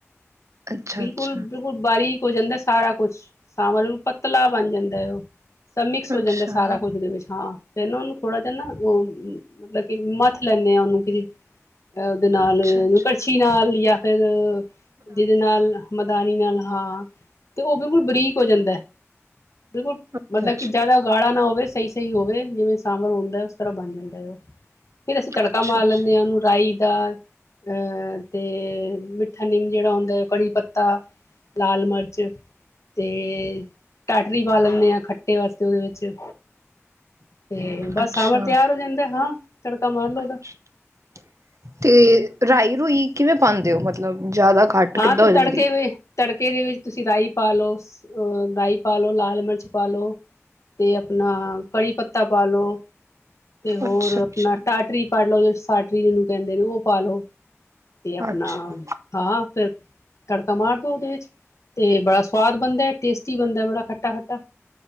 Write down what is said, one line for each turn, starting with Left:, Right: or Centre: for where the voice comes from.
Right: ਅੱਛਾ
Left: ਬਿਲਕੁਲ,
Right: ਅੱਛਾ
Left: ਬਿਲਕੁਲ ਬਾਰੀਕ ਹੋ ਜਾਂਦਾ। ਸਾਰਾ ਕੁਛ ਸਾਂਬਰ ਪਤਲਾ ਬਣ ਜਾਂਦਾ ਹੈ ਉਹ। ਸਭ ਮਿਕਸ
Right: ਅੱਛਾ
Left: ਹੋ ਜਾਂਦਾ, ਸਾਰਾ ਕੁਝ ਉਹਦੇ ਵਿੱਚ, ਹਾਂ। ਫਿਰ ਨਾ ਉਹਨੂੰ ਥੋੜਾ ਜਿਹਾ ਨਾ ਉਹ ਮਤਲਬ ਕਿ ਮੱਥ ਲੈਂਦੇ ਆ। ਉਹਨੂੰ ਕਿ ਅ ਉਹਦੇ ਨਾਲ
Right: ਅੱਛਾ ਅੱਛਾ
Left: ਕੜਛੀ ਨਾਲ ਜਾਂ ਫਿਰ। ਦੇ ਨਾਲ ਮਧਾਨੀ ਨਾਲ ਹਾਂ ਤੇ ਉਹ ਬਿਲਕੁਲ ਬਰੀਕ ਹੋ ਜਾਂਦਾ ਹੈ। ਦੇਖੋ
Right: ਅੱਛਾ
Left: ਮਤਲਬ
Right: ਅੱਛਾ।
Left: ਕਿ ਜਾਦਾ ਗਾੜਾ ਨਾ ਹੋਵੇ ਸਹੀ ਸਹੀ ਹੋਵੇ ਜਿਵੇਂ ਸਾਂਬਰ ਹੁੰਦਾ ਉਸ ਤਰ੍ਹਾਂ ਬਣ ਜਾਂਦਾ ਐ ਓਹ, ਫੇਰ ਅਸੀਂ ਤੜਕਾ
Right: ਅੱਛਾ
Left: ਮਾਰ
Right: ਅੱਛਾ
Left: ਲੈਂਨੇ ਆਂ ਉਹਨੂੰ ਰਾਈ ਦਾ ਅਹ, ਤੇ ਮਿੱਠਾ ਨਿੰਮ ਜਿਹੜਾ ਹੁੰਦਾ ਹੈ। ਕੜੀ ਪੱਤਾ, ਲਾਲ ਮਿਰਚ। ਤੇ ਟਾਟਰੀ ਪਾ ਲੈਂਦੇ ਆ ਖੱਟੇ ਵਾਸਤੇ ਉਹਦੇ ਵਿੱਚ। ਤੇ ਬਸ
Right: ਅੱਛਾ
Left: ਸਾਂਬਰ ਤਿਆਰ ਹੋ ਜਾਂਦਾ ਹਾਂ। ਤੜਕਾ ਮਾਰ ਲਓ
Right: ਅੱਛਾ,
Left: ਉਹਦਾ
Right: ਤੇ ਰਾਈ ਰੂਈ ਕਿਵੇਂ ਪਾਉਂਦੇ ਹੋ। ਮਤਲਬ ਜ਼ਿਆਦਾ ਘੱਟ
Left: ਬਾਅਦ
Right: ਕਿੱਦਾਂ
Left: ਤੇ
Right: ਹੋ
Left: ਤੜਕੇ
Right: ਜਾਂਦੀ? ਹੈ?
Left: ਵੇ ਤੜਕੇ ਦੇ ਵਿੱਚ ਤੁਸੀਂ ਰਾਈ ਪਾ ਲਓ ਅ ਰਾਈ ਪਾ ਲਓ, ਲਾਲ ਮਿਰਚ ਪਾ ਲਓ। ਤੇ ਅਪਣਾ ਕੜੀ ਪੱਤਾ ਪਾ ਲਉ। ਤੇ ਹੋਰ
Right: ਅੱਛਾ ਅੱਛਾ
Left: ਅਪਣਾ ਟਾਟਰੀ ਪਾ ਲਉ ਜਾ ਸਾਟਰੀ ਜਿਹਨੂੰ ਕਹਿੰਦੇ ਨੇ ਉਹ ਪਾ ਲਉ। ਤੇ ਅਪਣਾ
Right: ਅੱਛਾ।
Left: ਹਾਂ ਫਿਰ ਤੜਕਾ ਮਾਰਦੋ ਉਹਦੇ ਵਿੱਚ। ਤੇ ਬੜਾ ਸਵਾਦ ਬਣਦਾ, ਟੇਸਟੀ ਬਣਦਾ, ਬੜਾ ਖੱਟਾ- ਖੱਟਾ।